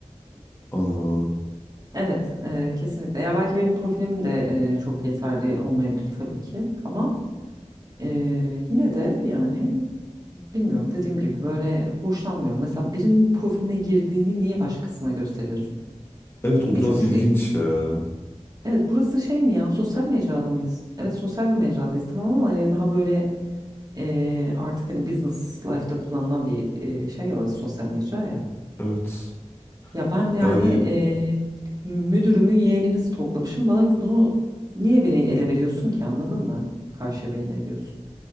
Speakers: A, on the left; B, on the right.
A: Allah Allah.
B: Evet e, kesinlikle. Ya belki benim profilim de e, çok yeterli olmayabilir tabii ki. Ama e, yine de yani bilmiyorum dediğim gibi böyle hoşlanmıyorum. Mesela birinin profiline girdiğini niye başkasına gösteriyorsun?
A: Evet o
B: Hiç
A: biraz
B: hoş
A: ilginç
B: değil.
A: ya.
B: Evet burası şey mi ya sosyal mecrada mıyız? Evet sosyal bir mecradayız tamam ama hani daha böyle e, artık hani business life'da kullanılan bir e, şey orası sosyal mecra ya.
A: Evet.
B: Ya ben yani
A: Yani
B: eee müdürümün yeğenini stalklamışım. Bana bunu niye beni ele veriyorsun ki anladın mı? Karşıya belli ediyorsun.